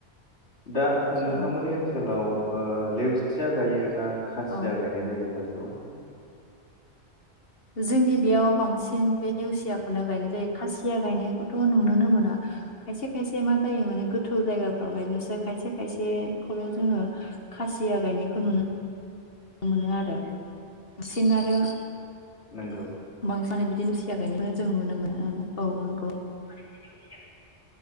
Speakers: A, on the left (about 75°); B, on the left (about 60°).
A: दा नोंथांमोननि
B: औ
A: ओनसोलाव ओ लेवसिया जायो ना खासिया
B: औ
A: गायनाय जायो माइखौ
B: जोंनि बेयाव बांसिन बे नेवसियाखौनो गायनाय जायो खासिया गायनायखौथ' नुुनोनो मोना खायसे खायसे मा जायो माने गोथौ जायगाफ्रावहायल'सो खायसे खायसेखौल' जोङो खासिया गायनायखौ नुनो मोन मोनो आरो बांसिन आरो बांसिन
A: नंगौ
B: माने बिदिनो सिया गायनायखौनो जों नुनो मोनो औ नोंखौ
A: बिदिनो उसिया